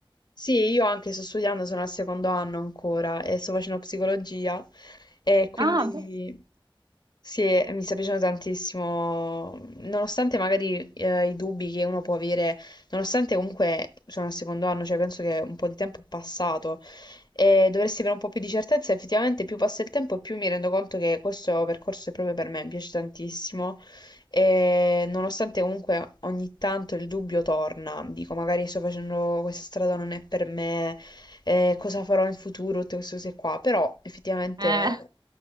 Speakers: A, on the left; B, on the right.
A: Sì, io anche sto studiando, sono al secondo anno ancora e sto facendo psicologia e quindi
B: Ah, bene.
A: Sì, e mi sta piacendo tantissimo, nonostante magari eh, i dubbi che uno può avere, nonostante comunque sono al secondo anno, cioè penso che un po' di tempo è passato e dovresti avere un po' più di certezza, effettivamente più passa il tempo e più mi rendo conto che questo percorso è proprio per me, mi piace tantissimo e nonostante comunque ogni tanto il dubbio torna, dico magari sto facendo questa strada non è per me, eh, cosa farò in futuro, tutte queste cose qua, però effettivamente
B: Eh,